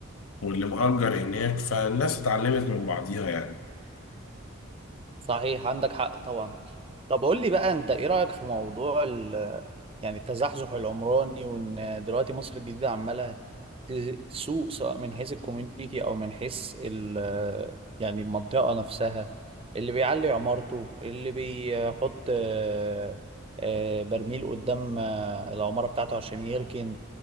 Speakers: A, on the left; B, on the right.
A: واللي مأجر هناك فالناس اتعلمت من بعضيها يعني
B: صحيح عندك حق طبعا طب قول لي بقى انت ايه رأيك في موضوع ال يعني التزحزح العمراني وان دلوقتي مصر الجديدة عمالة ت- تسوق سواء من حيث الكوميونيتي او من حيث ال يعني المنطقة نفسها اللي بيعلي عمارته اللي بيحط آه، آه، برميل قدام آه، العمارة بتاعته عشان يركن